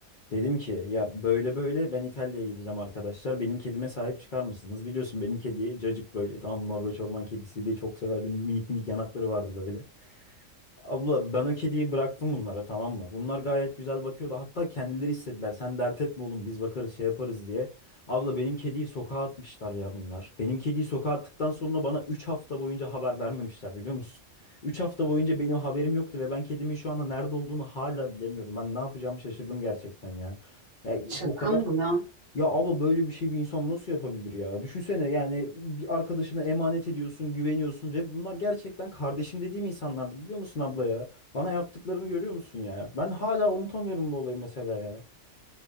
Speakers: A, on the left; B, on the right.
A: Dedim ki ya böyle böyle ben İtalya'ya gideceğim arkadaşlar. Benim kedime sahip çıkar mısınız? Biliyorsun benim kedi cacık böyle tamam Norveç orman kedisi diye çok severdim. Minik minik yanakları vardı böyle. Abla ben o kediyi bıraktım bunlara tamam mı? Bunlar gayet güzel bakıyordu. Hatta kendileri istediler. Sen dert etme oğlum biz bakarız şey yaparız diye. Abla benim kediyi sokağa atmışlar ya bunlar. Benim kediyi sokağa attıktan sonra bana 3 hafta boyunca haber vermemişler biliyor musun? 3 hafta boyunca benim haberim yoktu ve ben kedimin şu anda nerede olduğunu hala bilemiyorum. Ben ne yapacağımı şaşırdım gerçekten ya. Ya
B: Şaka
A: o kadar
B: mı bu ya?
A: ya abla böyle bir şey bir insan nasıl yapabilir ya? Düşünsene yani bir arkadaşına emanet ediyorsun, güveniyorsun ve bunlar gerçekten kardeşim dediğim insanlardı biliyor musun abla ya? Bana yaptıklarını görüyor musun ya? Ben hala unutamıyorum bu olayı mesela ya.